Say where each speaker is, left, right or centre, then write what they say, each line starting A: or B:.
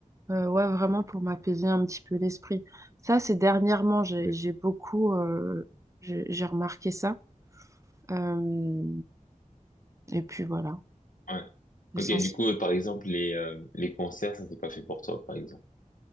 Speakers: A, on the right; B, on the left.
A: euh, ouais, vraiment pour m'apaiser un petit peu l'esprit. Ça, c'est dernièrement, j'ai,
B: Ouais.
A: j'ai beaucoup, euh, j'ai j'ai remarqué ça. Euh, et puis voilà,
B: Ouais.
A: l'essentiel.
B: Ok, du coup, euh, par exemple, les, euh, les concerts, ça c'est pas fait pour toi, par exemple.